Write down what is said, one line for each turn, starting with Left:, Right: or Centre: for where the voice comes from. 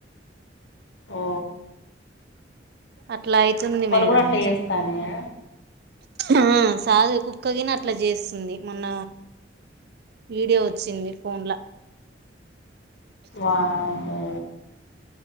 Left: ఓ
Right: అట్లా అయితుంది
Left: కుక్కలు
Right: మేడం
Left: కూడా అట్లు చేస్తానయ
Right: ఆ సాదే కుక్కగినా అట్లా చేస్తుంది మొన్న వీడియో వచ్చింది ఫోన్లా
Left: వామ్మో